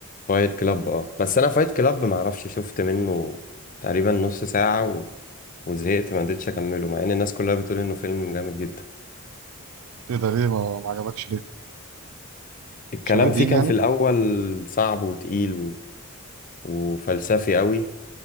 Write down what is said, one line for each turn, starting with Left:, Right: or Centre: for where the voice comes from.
Left: فايت كلاب اه بس انا فايت كلاب معرفش شفت منه تقريبا نص ساعة و... وزهقت ما قدرتش اكمله مع ان الناس كلها بتقول انه فيلم جامد جدا
Right: ايه ده ليه ما ما عجبكش ليه
Left: الكلام
Right: عشان قديم
Left: فيه كان
Right: يعني
Left: في الاول صعب وتقيل و... وفلسفي قوي